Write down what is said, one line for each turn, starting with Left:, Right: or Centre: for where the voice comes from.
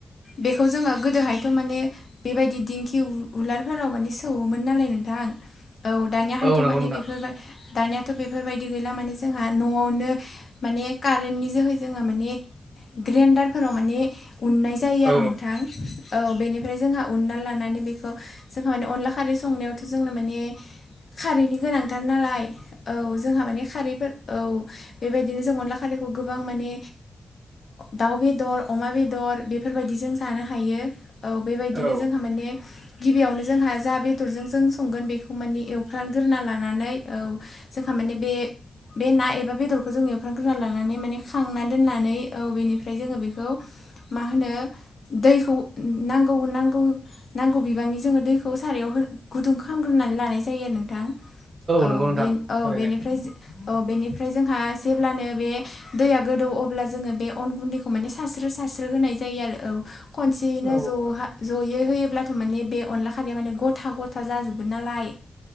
Left: बेखौ जोङो गोदोहायथ' माने बेबायदि दिंखि उलारफोराव माने सौवोमोन नालाय नोंथां औ दानियाहायथ'
Right: औ नंगौ
Left: माने
Right: नोंथां
Left: बेफोरबाय दानियााथ' बेफोरबायदि गैला माने जोंहा न'आवनो माने कारेन्टनि जोहै जोङो माने ग्रेन्डारफोराव माने उननाय जायो
Right: औ
Left: आरो नोंथां औ बेनिफ्राय जोंहा उनना लानानै बेखौ जोंहा माने अनला खारै संनायावथ' जोंनो माने खारैनि गोनांथार नालाय औ जोंहा माने खारैफोर औ बेबायदि बिदिनो जों अनला खारैखौ गोबां माने दाउ बेदर अमा बेदर बेफोरबायदि जों जानो हायो औ बेबायदिनो
Right: औ
Left: जोंहा माने गिबियावनो जोंहा जा बेदरजों जों संगोन बेखौ मानि एवफ्रानग्रोना लानानै औ जोंहा माने बे बे ना एबा बेदरखौ बेखौ जों एवफ्रां ग्रोना लानानै माने खांना दोननानै औ बेनिफ्राय जोङो बेखौ मा होनो दैखौ नांगौ नांगौ नांगौ बिबांनि जोङो दैखौ सारायाव गुदुं खालामग्रोनानै लानाय जायो आरो नोंथां औ
Right: नंगौ नोंथां
Left: बे औ
Right: थारैनो
Left: बेनिफ्राय औ बेनिफ्राय जोंहा जेब्लानो बे दैया गोदौ अब्ला जोङो बे अन गुन्दैखौ माने सारस्रो सारस्रो होनाय जायो आरो औ खनसेयैनो
Right: औ
Left: ज'हा जयै होयोब्लाथ' माने बे अनला खारैया माने गथा गथा जाजोबो नालाय